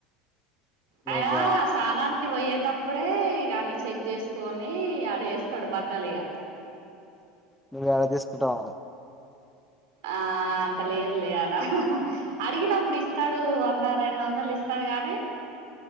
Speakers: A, in the centre; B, on the right.
A: మీకు
B: ఆయనా సానానికి బొయ్యే టప్పుడే ఇగ అన్నీ చెగ్ చేస్కోని ఆడేస్తాడు బట్టలు ఇగా
A: నువ్వేడ తీసుకొంటవో అని
B: ఆ అంత లేదు లే ఆడా అడిగినప్పుడు ఇస్తాడు వంద రెండొందలు ఇస్తా గానే